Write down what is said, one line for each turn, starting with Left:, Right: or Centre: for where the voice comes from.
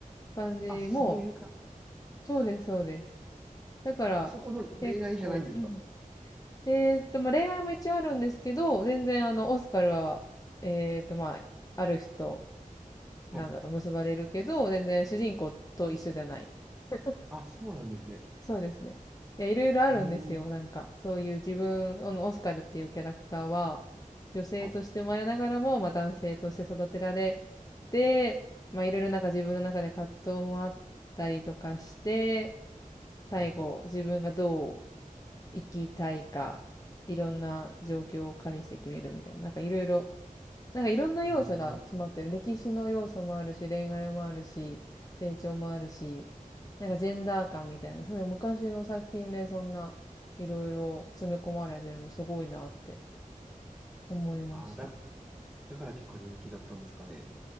Left: 感じも、
Centre: あ、そういう感じなんですね。
Left: そうです、そうです。だから、
Centre: あそこの恋愛じゃないんですか
Left: 結構、うん。えーっと、まあ恋愛も一応あるんですけど、全然あの、オスカルは、えーっと、まあ、ある人、なんだろう、
Centre: はい。
Left: 結ばれるけど、全然主人公と一緒じゃない。<laughs>
Centre: あ、そうなんですね。
Left: そうですね。いや、いろいろあるんですよ。
Centre: うーん。
Left: なんか、そういう自分、あの、オスカルっていうキャラクターは、女性として生まれながらも、
Centre: はい、
Left: まあ、男性として育てられて、まあ、いろいろなんか自分の中で葛藤もあったりとかして、最後、
Centre: はい、はい、はい。
Left: 自分がどう生きたいか、いろんな状況を加味して決めるみたいな、なんかいろいろなんかいろんな要素が詰まってる。
Centre: うーん。
Left: 歴史の要素もあるし、恋愛もあるし、成長もあるし、なんかジェンダー感みたいな、
Centre: はい。
Left: その昔の作品でそんないろいろ詰め込まれてるのすごいなって思いました。
Centre: あーだ、だから結構人気だったんですかね。